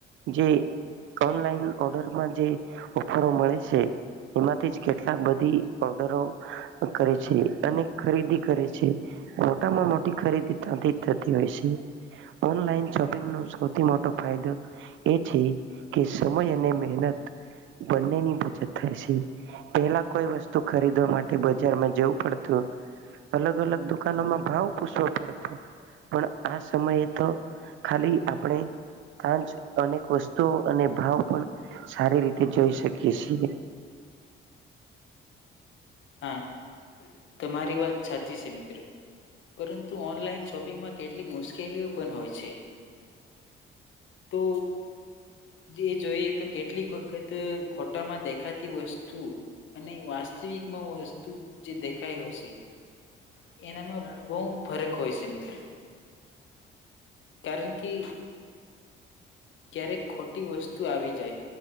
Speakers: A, on the right; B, on the left.
A: જે ઓનલાઈન ઓર્ડર જે ઓફરો મળે છે એમાંથી જ કેટલાક બધી ઓર્ડરો કરે છે અને ખરીદી કરે છે મોટામાં મોટી ખરીદી ત થતી હોય છે ઓનલાઈન શોપિંગ ન સૌથી મોટો ફાયદો એ છે કે સમય બની બચત થાય છે પેલા કોઈ વસ્તુ ખરીદવા માટે બજારમાં જવું પડતું અલગ અલગ દુકાનોમાં ભાવ પૂછવો પડતો પણ આ સમયે તો ખાલી આપણે તંજ અનેક વસ્તુઓ અને ભાવ પણ સારી રીતે જોઈ શકીએ છીએ.
B: હા તમારી વાત છાચી છે મિત પરંતુ ઓનલાઈન શોપિંગમાં કેટલીક મુશ્કેલીઓ પણ હોય છે. તો એ જોઈએ તો કેટલીક વખત ફોટામાં દેખાતી વસ્તુ તું અને વાસ્તવિક માં વસ્તુ જે દેખાય હશે. એનામાં બહુ ફરક હોય છે મિત્રો. કારણ કે ક્યારેક ખોટી વસ્તુ આવી જ